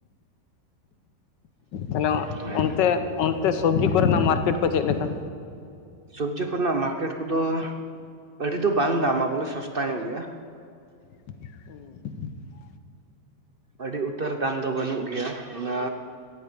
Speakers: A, on the left; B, on the right.
A: ᱛᱟᱦᱚᱞᱮ
B: ᱦᱳᱭ
A: ᱚᱱᱛᱮ ᱚᱱᱛᱮ ᱥᱚᱵᱡᱤ ᱠᱚᱨᱮᱱᱟᱜ ᱢᱟᱨᱠᱮᱴ ᱠᱚ ᱪᱮᱫ ᱞᱮᱠᱟ?
B: ᱥᱚᱵᱡᱤ ᱠᱚᱨᱮᱱᱟᱜ ᱢᱟᱨᱠᱮᱴ ᱠᱚᱫᱚ ᱟᱹᱰᱤ ᱫᱚ ᱵᱟᱝ ᱫᱟᱢᱟ ᱵᱚᱞᱮ ᱥᱚᱥᱛᱟ ᱧᱚᱜ ᱜᱮᱭᱟ ᱾
A: ᱦᱩ
B: ᱟᱹᱰᱤ ᱩᱛᱟᱹᱨ ᱫᱟᱢ ᱫᱚ ᱵᱟᱹᱱᱩᱜ ᱜᱮᱭᱟ ᱚᱱᱟ